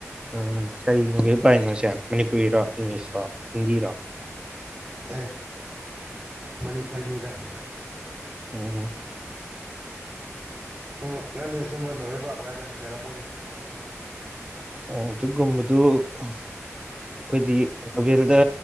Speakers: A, on the right; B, on the right.
A: ꯎꯝ ꯀꯔꯤꯅꯣꯕꯤ ꯥꯏꯅꯣꯁꯦ ꯃꯅꯤꯄꯨꯔꯤꯔꯣ ꯏꯪꯂꯤꯁꯔꯣ ꯍꯤꯟꯗꯤꯔꯣ
B: ꯑꯦ ꯃꯅꯤꯄꯨꯔꯤꯅꯤꯗ
A: ꯎꯝꯝ
B: ꯎꯝ ꯅꯪꯗꯤ ꯁꯨꯝꯕ ꯅꯍꯣꯏ ꯄꯥꯕꯀꯁꯦ ꯍꯩꯅꯔꯝꯃꯣꯏꯅꯦ
A: ꯑꯗꯨꯒꯨꯝꯕꯗꯨ ꯑꯩꯈꯣꯏꯗꯤ ꯅꯣꯕꯦꯜꯗ